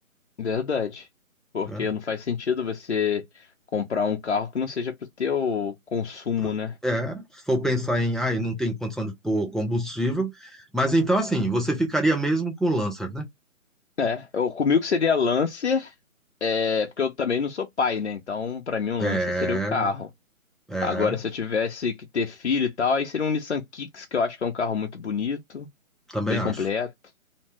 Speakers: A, on the left; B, in the centre.
A: verdade. Porque
B: É,
A: não faz sentido você comprar um carro que não seja pro teu consumo,
B: pro-
A: né?
B: é, se for pensar em, ah, eu não tem condição de pôr combustível. Mas então, assim, você ficaria mesmo com o Lancer, né?
A: É, eu- comigo seria Lancer, é, porque eu também não sou pai, né? Então, pra mim, um
B: É,
A: Lancer seria o carro.
B: é,
A: Agora, se eu tivesse que ter filho e tal, aí seria um Nissan Kicks, que eu acho que é um carro muito bonito,
B: também
A: bem
B: acho.
A: completo.